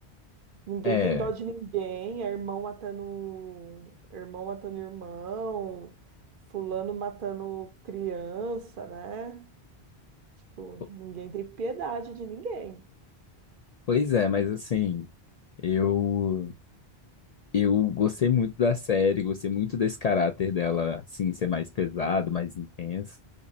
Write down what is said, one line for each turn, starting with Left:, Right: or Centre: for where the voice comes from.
Right: Ninguém
Left: É.
Right: tem dó de ninguém, é irmão matando, um, irmão matando irmão, fulano matando criança, né? Tipo,
Left: po-
Right: ninguém tem piedade de ninguém.
Left: Pois é, mas assim. Eu. Eu gostei muito da série. Gostei muito desse caráter dela, assim, ser mais pesado, mais intenso.